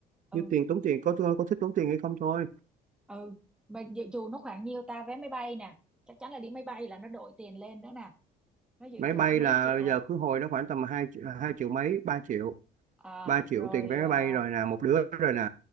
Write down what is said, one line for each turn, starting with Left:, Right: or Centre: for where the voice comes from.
Centre: ừ
Right: như tiền tốn tiền có có thích tốn tiền hay không thôi
Centre: ừ mà dự trù nó khoảng nhiêu ta vé máy bay nè chắc chắn là đi máy bay là nó đội tiền lên nữa nè nó dự
Right: máy
Centre: trù
Right: bay
Centre: có mấy
Right: là
Centre: triệu
Right: bây
Centre: à
Right: giờ khứ hồi nó khoảng tầm hai hai triệu mấy ba triệu
Centre: à
Right: ba triệu
Centre: rồi
Right: tiền vé máy
Centre: à,
Right: bay rồi nè một đứa rồi nè